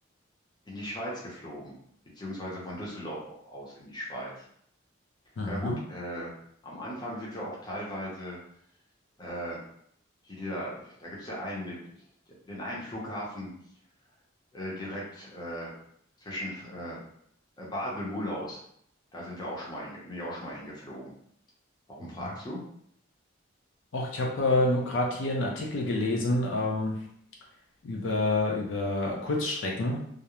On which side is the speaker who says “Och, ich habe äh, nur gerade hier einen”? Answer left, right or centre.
Left